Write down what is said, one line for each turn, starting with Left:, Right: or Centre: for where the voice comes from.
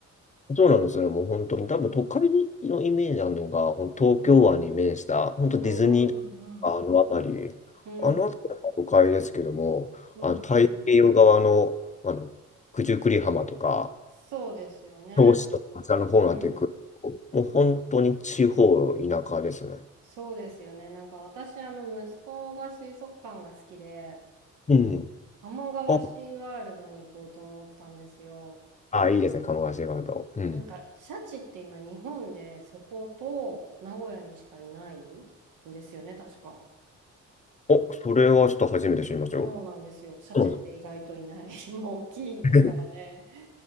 Left: そうなんですよね。もう本当に、多分都会のイメージなのが、ほん東京湾に面した、本当ディズニーあの辺り、
Right: うんうんうん。
Left: あの辺りは都会ですけども、
Right: うんうんうん。
Left: あの太平洋側の、あの九十九里浜とか、
Right: そうですよね。
Left: 銚子とか、あちらの方になってくると、
Right: うん。
Left: もう本当に地方、田舎ですね。
Right: そうですよね。なんか私、あの、息子が水族館が好きで、
Left: うん。
Right: 鴨川シーワールドに行こうと思ったんですよ。
Left: あ、あ、いいですね、鴨川シーワールド。うん。
Right: なんか、シャチって今、日本でそこと名古屋にしかいないんですよね、確か。
Left: お、それはちょっと初めて知りましたよ。
Right: そうなんですよ。シャチって意外といない。
Left: そうなんで
Right: <laughs> まあ、大きいですからね。
Left: す